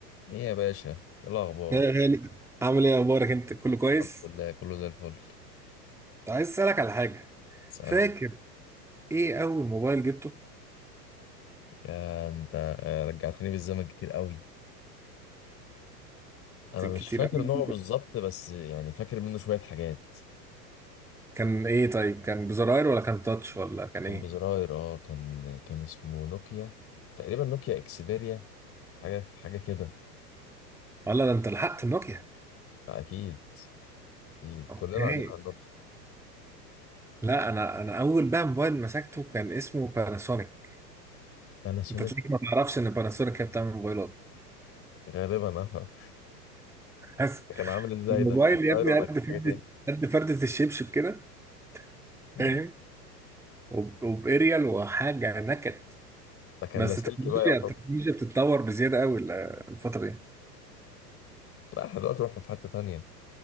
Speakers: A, on the left (about 25°); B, in the centre.
A: ايه يا باشا ايه الاخبار
B: يا غالي عامل ايه اخبارك انت كله كويس
A: الحمد لله كله زي الفل
B: كنت عايز اسالك على حاجه
A: تسألني
B: فاكر ايه اول موبايل جبته
A: يا انت آه، رجعتني بالزمن كتير قوي انا
B: كان
A: مش
B: كتير
A: فاكر
B: قوي
A: نوعه بالظبط بس يعني فاكر منه شوية حاجات
B: كان ايه طيب كان بزراير ولا كان تاتش ولا كان
A: كان
B: ايه
A: بزراير اه كان كان اسمه نوكيا تقريبا نوكيا اكسبيريا حاجة في حاجة كده
B: ولا ده انت لحقت النوكيا
A: آه، اكيد اكيد
B: اوكي
A: كلنا قاعدين على نوكيا
B: لا انا انا اول بقى موبايل مسكته كان اسمه باناسونيك
A: باناسونيك
B: انت تلاقيك ما تعرفش ان باناسونيك هي بتعمل موبايلات
A: غالبا اه <laughs>
B: بس
A: ده كان عامل ازاي
B: الموبايل
A: ده كان زراير
B: يا ابني
A: ولا
B: قد
A: كان
B: فردة
A: حاجة تاني
B: قد فردة الشبشب كده
A: مم.
B: فاهم وب- وباريال وحاجه نكد
A: ده كان
B: بس
A: لاسلكي
B: التكنولوجيا
A: بقى يعتبر
B: التكنولوجيا بتتطور بزياده قوي ال- الفتره دي
A: لا احنا دلوقتي رحنا في حتة تانية